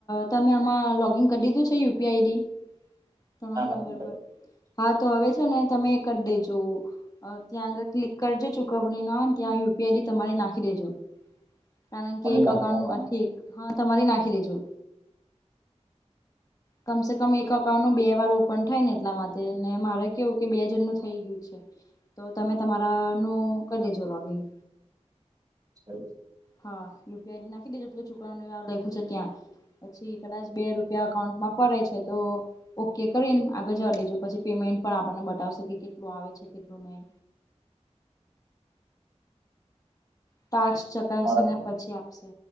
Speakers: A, on the left; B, on the right.
A: તમે આમાં લોગિન કર દીધું છે યુપીઆઈદી તમારા
B: ના
A: નંબર
B: નથી કર્યું.
A: પર, હા તો અવે છે ને તમે કર દેજો. અ ત્યાં આગળ ક્લિક કરજો. ચૂકવણીનો અને ત્યાં યુપીઆઈડી તમારી નાખી દેજો. કારણ
B: કોની
A: કે એક
B: રાખવામાં
A: અકાઉન્ટમાંથી એક, હા તમારી નાખી દેજો.
B: <inaudible>
A: કમસે કમ એક અકાઉન્ટમા બે વાર ઓપન થાયને એટલા માટે, ને મારે કેવું કે બે જનનું થઇ ગયું છે. તો તમે તમારા નું કર દેજો લોગિંગ.
B: <unintelligible>
A: હા, યુપીઆઈડી નાખી દેજો. પેલું ચૂકવણી વાળુ લયખું છે ત્યાં. પછી કદાચ બે રૂપિયા અકાઉન્ટમાં પડે છે તો, ઓકે કરીને આગળ જવા દેજો, પછી પેમેન્ટ પણ આપણને બતાવશે કે કેટલું આવે છે. કેટલું નય. ટાસ ચકાસીને
B: અમારા
A: પછી આપશે